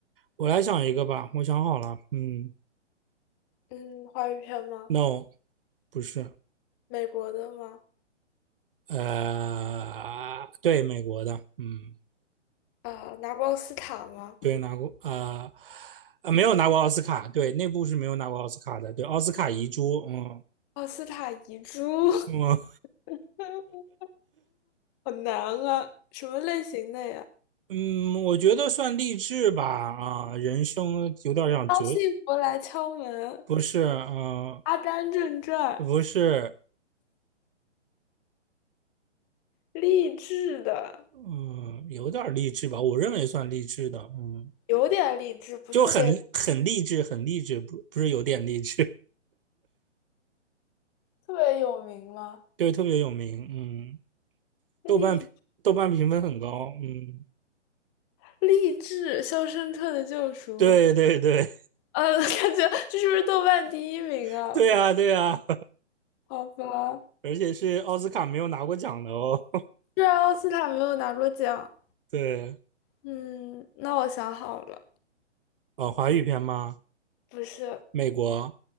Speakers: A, on the right; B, on the left.
A: 我来想一个吧，我想好了。嗯
B: 嗯，华语片吗？
A: ，No，不是，
B: 美国的吗？
A: 呃，对，美国的，嗯。
B: 啊、拿过奥斯卡吗？
A: 对，拿过啊呃没有拿过奥斯卡，对，那部是没有拿过奥斯卡的，对，奥斯卡遗珠，嗯
B: 奥斯卡遗珠，
A: 我
B: <laughs> 好难啊！什么类型的呀？
A: 嗯，我觉得算励志吧，啊、人生有点像哲，
B: 当幸福来敲门，
A: 不是，嗯、
B: 《阿甘正传》，
A: 不是，
B: 励志的，
A: 嗯，有点励志吧，我认为算励志的，嗯，
B: 有点励志，不是特别
A: 就很很励志，很励志，不不是有点励志，
B: 特别有名吗？
A: 对，特别有名，嗯，
B: 励
A: 豆瓣评豆瓣评分很高，嗯，
B: 励志，《肖申克的救赎》
A: 对对对
B: 呃，<laughs> 感觉这是不是豆瓣第一名啊？
A: <laughs> 对啊对啊，
B: 好吧，
A: 而且是奥斯卡没有拿过奖的哦。
B: 虽然奥斯卡没有拿过奖，
A: 对，
B: 嗯，那我想好了，
A: 哦，华语片吗？
B: 不是，
A: 美国、